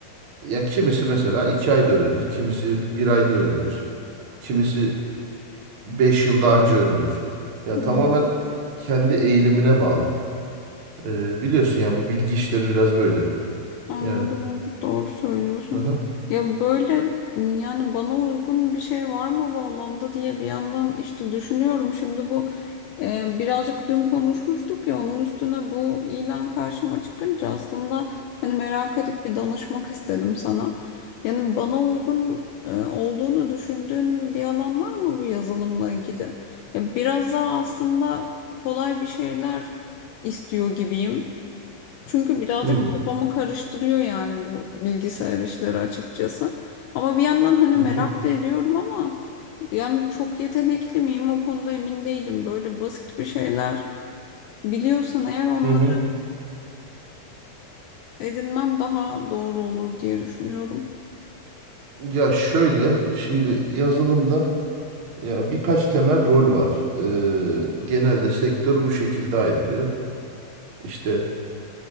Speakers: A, on the right (about 80°); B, on the left (about 80°).
A: ya kimisi mesela iki ayda öğrenir, kimisi bir ayda öğrenir. Kimisi 5 yıl daha önce öğrenir. Ya
B: hı
A: tamamen
B: hı.
A: kendi eğilimine bağlı. Ee, biliyorsun ya bu bilgi işleri biraz böyle.
B: Anladım
A: Yani
B: evet doğru söylüyorsun.
A: hı hı.
B: Ya böyle m, yani bana uygun bir şey var mı bu alanda diye bir yandan işte düşünüyorum. Şimdi bu e, birazcık dün konuşmuştuk ya onun üstüne bu ilan karşıma çıkınca aslında hani merak edip bir danışmak istedim sana. Yani bana uygun e, olduğunu düşündüğün bir alan var mı bu yazılımla ilgili? Ya biraz daha aslında kolay bir şeyler istiyor gibiyim. Çünkü birazcık
A: Hmm,
B: kafamı karıştırıyor yani bu bilgisayar işleri açıkçası. Ama bir yandan hani
A: Hı
B: merak
A: hı.
B: da ediyorum ama yani çok yetenekli miyim o konuda emin değilim. Böyle basit bir şeyler biliyorsan eğer onları
A: Hı hı.
B: eee, edinmem daha doğru olur diye düşünüyorum.
A: Ya şöyle şimdi yazılımda ya birkaç temel rol var. Ee, genelde sektör bu şekilde ayrılıyor. İşte